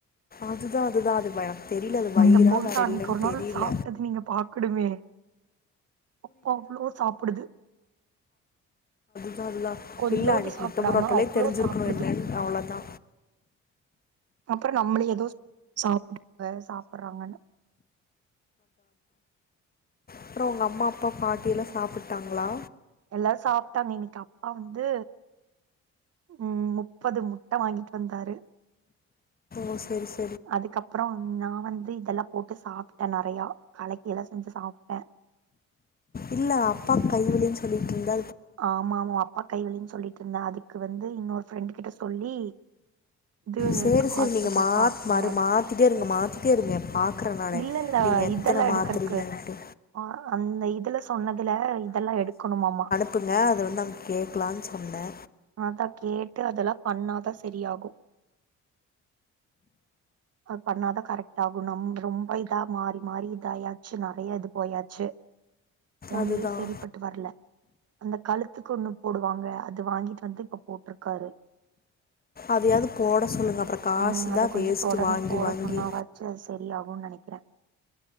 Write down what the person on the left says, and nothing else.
அதுதா அதுதா அது வ அது தெரில அது வயிரா
வேற
இல்லன்
தெரில
நா அதுதா
இல்ல அன்னைக்கி
முட்டப்புரோட்டாலே
தெரிஞ்சிருக்கணு
என்னன்னு அவ்ளோதா
அப்புறோ உங்க அம்மா அப்பா பாட்டியெல்லா சாப்புட்டாங்களா
ஓ சேரி சேரி
இல்ல அப்பாக் கைவலின் சொல்லிட்டுருந்த
சேரி சேரி
நீங்க மாத்
மரு மாத்திட்டே இருங்க மாத்திட்டே இருங்க பாக்குற நானு
நீங் எத்தன
மாத்திரிங்கன்ட்டு
இப்பங்க அத வந்து அங் கேக்கலான் சொன்னே
அதுதான்
அதையாவது போட சொல்லுங்கள் அப்புறம் காசு
தான்
வேஸ்ட்டு
வாங்கி
வாங்கி